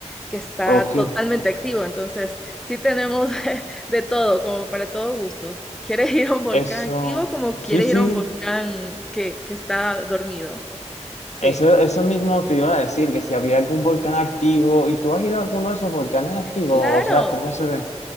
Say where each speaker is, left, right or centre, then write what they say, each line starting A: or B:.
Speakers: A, in the centre; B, on the left.
A: que está
B: ok,
A: totalmente activo. Entonces, sí tenemos <laughs> de todo, como para todo gusto. ¿Quieres ir a un volcán
B: eso,
A: activo como
B: sí,
A: quieres
B: sí,
A: ir a un volcán que, que está dormido? Sí.
B: eso, eso mismo te iba a decir, que si había algún volcán activo, ¿y tú has ido a alguno de esos volcanes activos?
A: Claro.
B: O sea, ¿cómo se ven?